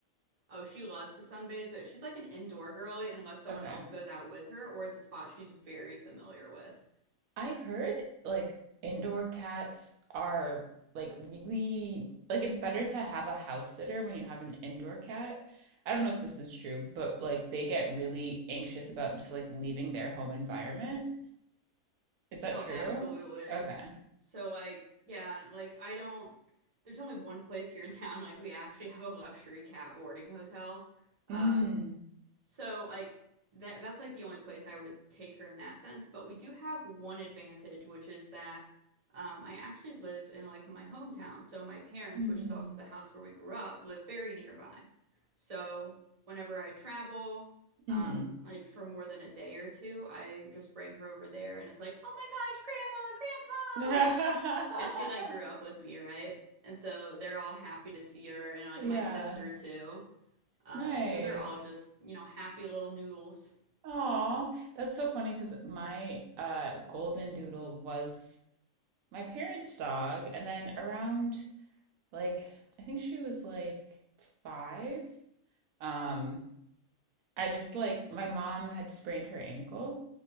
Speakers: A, on the right; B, on the right.
A: Oh, she loves to sunbathe, but she's like an indoor girly unless someone
B: Okay.
A: else goes out with her or it's a spot she's very familiar with.
B: I heard like indoor cats are like really like it's better to have a house sitter when you have an indoor cat. I don't know if this is true, but like they get really anxious about just like leaving their home environment. Is that
A: Oh,
B: true?
A: absolutely.
B: Okay.
A: So like, yeah, like I don't there's only one place here in town like we actually have a luxury cat boarding hotel. Um
B: Mm.
A: So like that that's like the only place I would take her in that sense. But we do have one advantage, which is that um, I actually live in like my hometown. So my parents,
B: Mm-hmm.
A: which is also the house where we grew up, live very nearby. So whenever I travel,
B: Mm-hmm.
A: um, like for more than a day or two, I just bring her over there and it's like, oh my gosh, grandma,
B: <laughs> Aw,
A: grandpa. Because she like grew up with me, right? And so they're all happy to see her and like
B: yeah,
A: my sister too. Um,
B: nice.
A: so they're all just, you know, happy little noodles.
B: Aw, that's so funny because my uh golden doodle was my parents' dog, and then around like I think she was like five. Um, I just like my mom had sprained her ankle